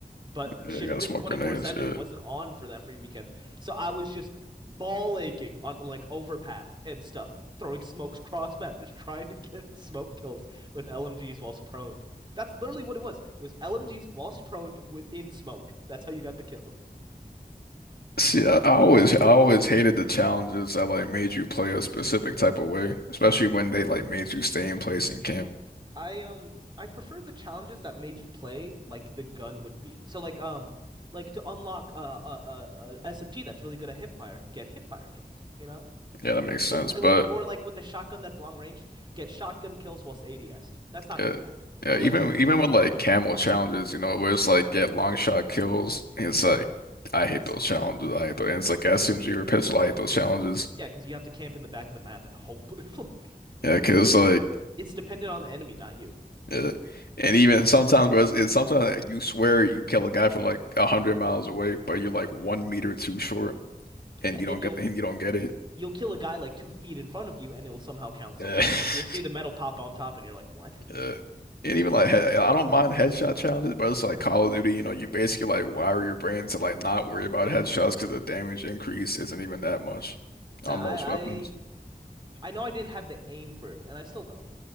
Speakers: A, on the right; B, on the left.
A: but Shiftment
B: Yeah, you gotta smoke
A: 24/7
B: grenades. Yeah.
A: wasn't on for that free weekend. So I was just ball aching on like overpath and stuff, throwing smokes <laughs> cross map, just trying to get smoke kills with LMGs whilst prone. That's literally what it was. It was LMGs whilst prone within smoke. That's how you got the kill
B: See, I, I always
A: for the Bruin.
B: I always hated the challenges that like made you play a specific type of way, especially when they like made you stay in place and camp.
A: I um I prefer the challenges that made you play like the gun would be. So like um like to unlock a uh, uh, uh, uh, SMG that's really good at hipfire, get hipfire kills, you know?
B: Yeah, that makes sense.
A: But, li-
B: But
A: Like or like with a shotgun that's long range, get shotgun kills whilst ads That's not
B: Yeah.
A: too bad. Like
B: Yeah,
A: like
B: even
A: like,
B: even with like camel challenges, you know, where it's like get long shot kills, it's like I
A: and
B: hate
A: it's
B: those challenges. I hate those. And it's like as soon as
A: yeah
B: you're a pistol, I hate those challenges.
A: yeah because you have to camp in the back of the map and hope. <laughs> Like
B: Yeah, 'cause like,
A: it's dependent on the enemy, not you.
B: yeah. And even sometimes, bro, it's, it's sometimes like, you swear you kill a guy from like a hundred miles away, but you're like one meter too short, and
A: And
B: you
A: then
B: don't
A: you'll
B: get and you don't get it.
A: you'll kill a guy like two feet in front of you, and it'll somehow count.
B: Yeah.
A: Sometimes
B: <laughs>
A: you'll see the metal pop on top, and you're like, what?
B: Yeah. And even like, he- I don't mind headshot challenges, but it's like Call of Duty, you know, you basically like wire your brain to like not worry about headshots because the damage increase isn't even that much
A: Nah,
B: on
A: I
B: most weapons.
A: I I know I didn't have the aim for it, and I still don't.